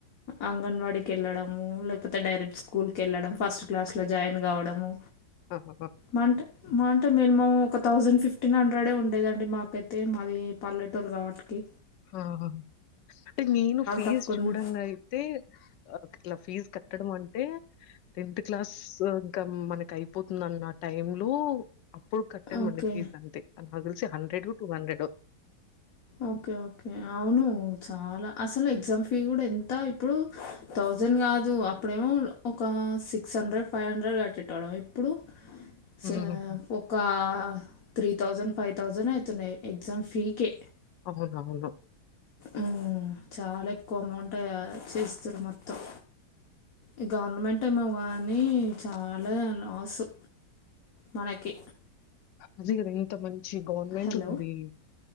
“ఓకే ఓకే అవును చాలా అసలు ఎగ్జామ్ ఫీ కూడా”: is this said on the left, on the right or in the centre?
Left